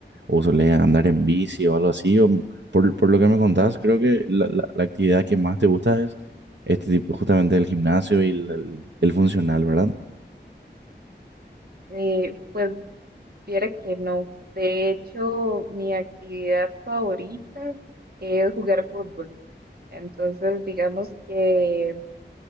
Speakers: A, on the right (about 75°); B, on the right (about 55°).
A: o solés andar en bici o algo así, o por, por lo que me contás, creo que la, la- la actividad que más te gusta es este tipo, justamente el gimnasio y el, el- el funcional, ¿verdad?
B: Eh, pues viera que no. De hecho, mi actividad favorita es jugar fútbol. Entonces, digamos que